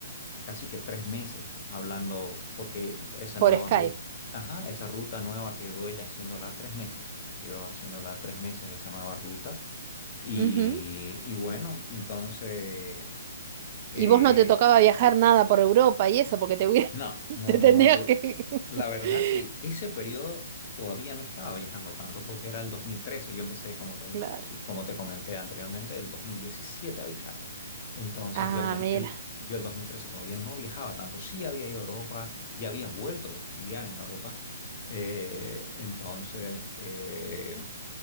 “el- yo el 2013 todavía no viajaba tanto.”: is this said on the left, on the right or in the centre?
Left